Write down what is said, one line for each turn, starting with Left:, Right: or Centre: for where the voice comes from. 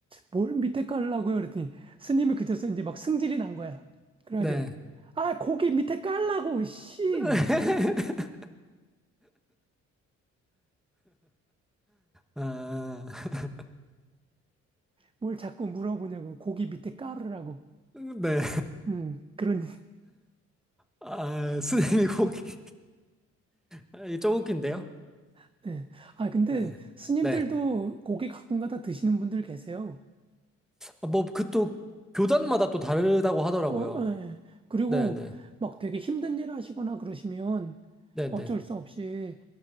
Right: 뭘 밑에 깔라고요? 그랬더니 스님이 그제서 이제 막 승질이 난 거야. 그래가지고
Centre: 네.
Right: 아 고기 밑에 깔라고 씨
Centre: <laughs> 아, <laughs>
Right: 뭘 자꾸 물어보냐고 고기 밑에 깔으라고.
Centre: 네.
Right: 음 그런
Centre: 아, 스님이 고기. 아, 이게 좀 웃긴데요?
Right: <laughs> 네. 아 근데
Centre: 네.
Right: 스님들도
Centre: 네.
Right: 고기 가끔가다 드시는 분들 계세요.
Centre: 아, 뭐, 그 또, 교단마다 또 다르다고 하더라고요.
Right: 어, 예. 그리고
Centre: 네, 네.
Right: 막 되게 힘든 일 하시거나 그러시면
Centre: 네,
Right: 어쩔
Centre: 네.
Right: 수 없이